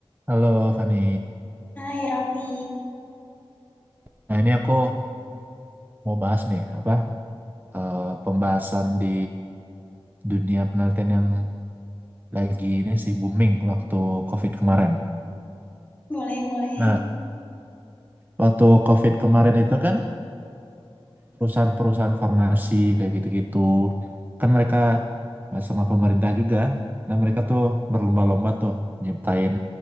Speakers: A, on the right; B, on the left.
A: Halo Fani.
B: Hai Raffi,
A: Nah ini aku mau bahas nih apa eh, pembahasan di dunia penelitian yang lagi ini sih booming waktu COVID kemarin.
B: boleh boleh.
A: Nah waktu COVID kemarin itu kan perusahaan-perusahaan farmasi kayak gitu-gitu kan mereka eh, sama pemerintah juga. Nah mereka tuh berlomba-lomba tuh nyiptain